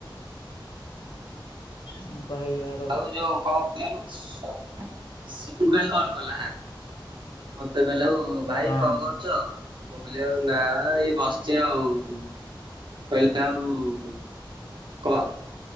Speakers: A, on the left; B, on the right.
A: ହଁ ପା ହେୟା
B: ଆଉ ଯୋଉ କଣ <unintelligible> ସ ସିପୁ କାଲି କଲ କଲା ହେଁ ମତେ କହିଲା ଆଉ ଭାଇ
A: ହଁ
B: କଣ କରୁଚ? ମୁଁ କହିଲି ଆଉ ନାଁ ଏଇ ବସଚି ଆଉ କହିଲା ଆଉ କ